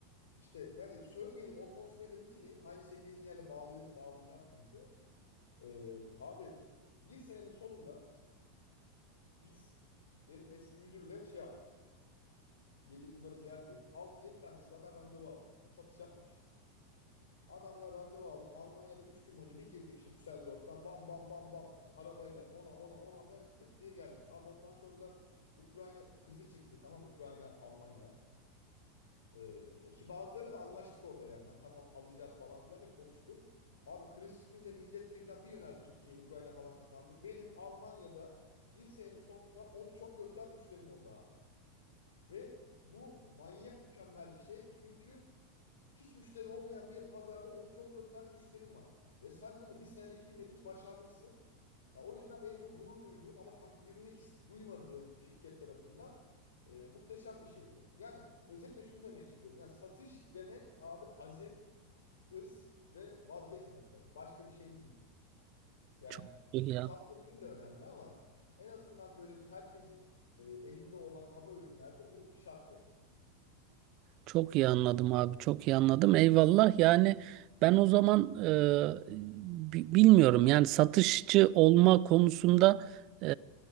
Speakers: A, on the left; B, on the right.
A: İşte yani söz gelimi o konuşmayı da bitireyim. Aynı senin dediğin yerle bağlı, bağlayacağım çünkü. Ee, abi bir senenin sonunda biz benim eski müdürle şey yaptık. Dedi bunları ziyaret edelim. 6 yedi tanesine ben randevu aldım. E, satış yapmamışız. Adamla randevu aldım. Almanya'da 3 gün önce bir girdik işte Düsseldorf'tan bam bam bam bam. İşte arabayla ona ona ona der tık diye geldik. Abi ondan sonra da Ukrayna krizi çıktı. Tamam Ukrayna Almanya. Ee, e, ki bazıları da anlaştık orada yani. Hani tamam alacağız falan filan da konuştuk. Abi kriz çıkınca millet birden bir yöneldi Türkiye'ye. Ukrayna falan kapandı. Benim Almanya'da bir senenin sonunda on üç on dört tane müşterim oldu abi. Ve bu manyak mükemmel bir şey. Çünkü hiç müşterin olmayan bir pazarda 13-14 tane müşterim var. Ve sen bunu bir senede hiç bilmediğin için başarmışsın. Ya o yüzden benim çok gurur duyduğum ama takdirini hiç duymadığım şirket tarafından e, muhteşem bir şeydi. Yani özetle şunu demek istiyorum. Yani satış demek abi azim, hırs ve vazgeçmemek demek. Başka bir şey değil. Yani
B: Çok iyi
A: çünkü
B: yani.
A: sattığın ürün de önemli ama en azından böyle herkesin e, elinde olan kaba ürünlerde bu şart yani.
B: Çok iyi anladım abi, çok iyi anladım. Eyvallah. Yani ben o zaman e, bi- bilmiyorum. Yani satışçı olma konusunda e,